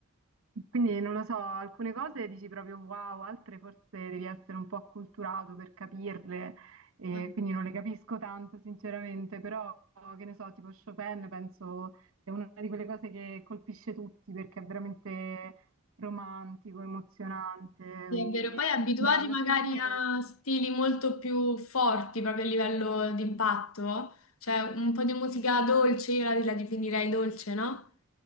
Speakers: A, on the right; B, on the left.
A: quindi non lo so, alcune cose dici proprio wow, altre forse devi essere un po' acculturato per capirle, e
B: Bello.
A: quindi non le capisco tanto sinceramente, però che ne so, tipo Chopin penso sia una di quelle cose che colpisce tutti perché è veramente romantico, emozionante,
B: Sì,
A: quindi
B: è vero. Poi abituati
A: bello,
B: magari
A: secondo me.
B: a stili molto più forti proprio a livello di impatto, cioè un po' di musica dolce, io la, la definirei dolce, no?